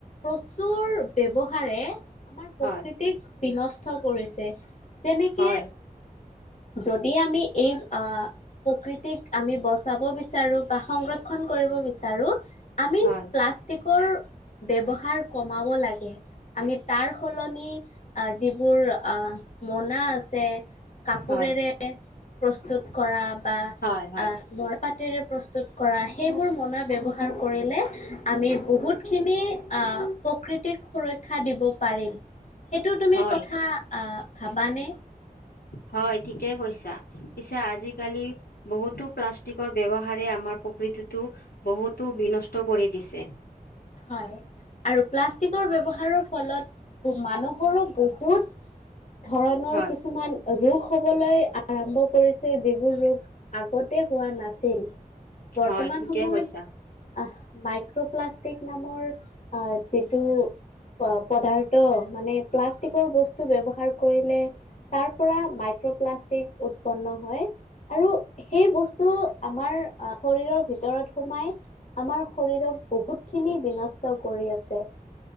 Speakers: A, on the left; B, on the left.
A: প্ৰচুৰ ব্যৱহাৰে আমাৰ প্ৰকৃতিক
B: হয়
A: বিনষ্ট কৰিছে। যেনেকে
B: হয়
A: যদি আমি এই আহ প্ৰকৃতিক আমি বচাব বিচাৰো বা সংৰক্ষণ কৰিব বিচাৰো, আমি
B: হয়
A: প্লাষ্টিকৰ ব্যৱহাৰ কমাব লাগে, আমি তাৰ সলনি যিবোৰ মনা আছ যে কাপোৰেৰে
B: হয়
A: প্ৰস্তুত কৰা বা
B: হয় হয়
A: আ মৰা পাট টাৰে প্ৰস্তুত কৰা সেইবোৰ মনা ব্যৱহাৰ কৰিলে আমি বহুতখিনি আ প্ৰকৃতিক সুৰক্ষা দিব পাৰিম। সেইটো তুমি
B: হয়
A: কথা ভাবানে?
B: হয় ঠিকেই কৈছা পিছে আজিকালি বহুতো প্লাষ্টিকৰ ব্যৱহাৰে আমাৰ প্ৰকৃত টোটো বহুতো বিনষ্ট কৰি দিছে।
A: হয়। আৰু প্লাষ্টিকৰ ব্যৱহাৰৰ ফলত মানুহৰো বহুত ধৰণৰ
B: হয়
A: কিছুমান ৰোগ হ'বলৈ আৰম্ভ কৰিছে, যিবোৰ ৰোগ আগতে হোৱা নাছিল। বৰ্তমান
B: হয় ঠিকে
A: সময়ত
B: কৈছা
A: আহ মাইক্ৰপ্লাষ্ট টিক নামৰ যিটো পদাৰ্থ, মানে প্লাষ্টিকৰ বস্তু ব্যৱহাৰ কৰিলে তাৰ পৰা মাই ক্ৰ প্লাষ্টিক উৎপন্ন হয়, আৰু সেই বস্তু আমাৰ শৰীৰৰ ভিতৰত সোমাই, আমাৰ শৰীৰক বহুতখিনি বিনষ্ট ষ্ট কৰি আছে।